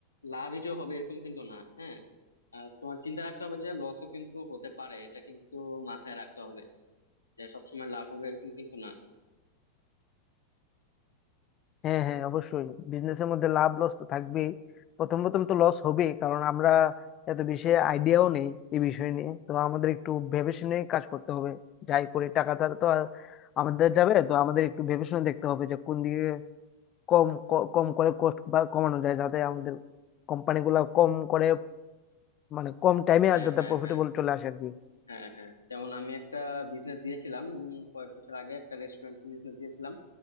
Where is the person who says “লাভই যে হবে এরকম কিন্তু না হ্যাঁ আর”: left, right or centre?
Left